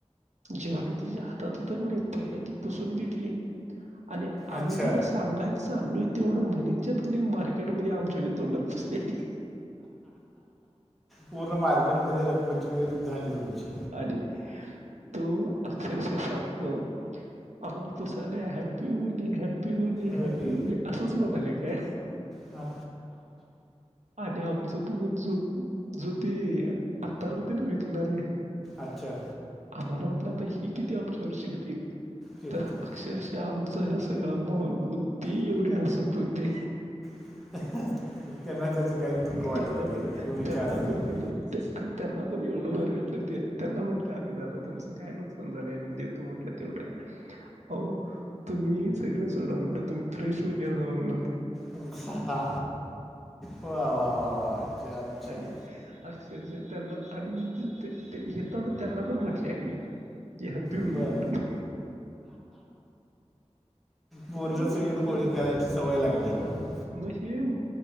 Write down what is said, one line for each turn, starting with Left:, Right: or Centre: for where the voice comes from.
Right: जेवढं तिच्या हातात होतं की नाही पाहिलं ती पुसून घेतली आणि
Centre: अच्छा
Right: आम्ही तिला सांगाय तेवढं म्हणींच्यात नी मार्केटमध्ये आमच्या तोंडाला फसलेली
Centre: पूर्ण मार्केटमध्ये रंग वेळ झाली तुमची.
Right: आणि तो अक्षरशा सांगतो आम्हाला पुसाल हॅपी होली हेप हॅपी होली
Centre: अली
Right: हैप्पी होली असच म्हणालय काय?
Centre: हां
Right: आणि आमच बघूनजो जो ते आकार होता न. न रे
Centre: अच्छा?
Right: आम्हाला वाटलं आता ही किती आमच्यावर चिडतील.
Centre: कीर्ती
Right: तर अक्षरशा आमच ह सगळं माहोल बघून ते एवढे हसत होते.
Centre: <inaudible> काहीच दुःख वाटलं
Right: त्यांना
Centre: नाही
Right: पण
Centre: पोरीच्या
Right: त्यांना
Centre: आनंदात.
Right: पण कीनी अन त्यांना पण एवढं भर वाटलं ते त्यांना म्हटलं आम्ही दादा तुचं काय नुकसान झालेय आम्ही देतो म्हण तेवढ अहो तुम्ही सगळं सोडा म्हटलं तुम्ही फ्रेश होऊन या जाऊन
Centre: हा हा वा वा वा वा अच्छा अच्छा
Right: आणि अक्षरश त्यांना आणि मुलगी त्या ते येताना त्यांना पण म्हटले आहे मी ते हॅपी
Centre: बर
Right: होली बोलून
Centre: पोरीला
Right: आणि
Centre: सगळीकडे
Right: मुलं
Centre: होळी
Right: कस
Centre: करायची
Right: हा
Centre: सवय लागली आहे मला
Right: म सेम